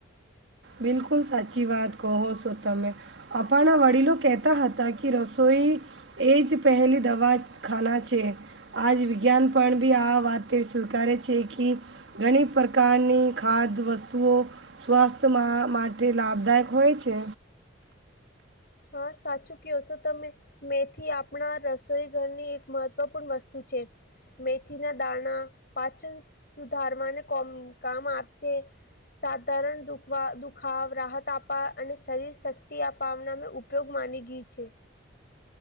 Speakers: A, on the right (about 65°); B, on the left (about 50°).
A: બિલકુલ સાચી વાત કહો સો તમે અપણા વડીલો કેહેતા હતા કે રસોઈ એ જ પહેલી દવાખાના છે આજ વિજ્ઞાન પણ બી આ વાતે સ્વીકારે છે કી ઘણી પ્રકારની ખાદ વસ્તુઓ સ્વાસ્થ તા મા માટે લાભદાયક હોય છે
B: હા સાચું કહો છો તમે મેથી આપણા રસોઈ ઘરની એક મહત્વપૂર્ણ વસ્તુ તું ચાર મેથી ના દાણા પાચન સુધારવાંને કો કામ આપશે સાધારણ દુખવા દુખાવ રાહત આપવા અને શરીર શક્તિ અપવના ઉપયોગ માની ગઈ છે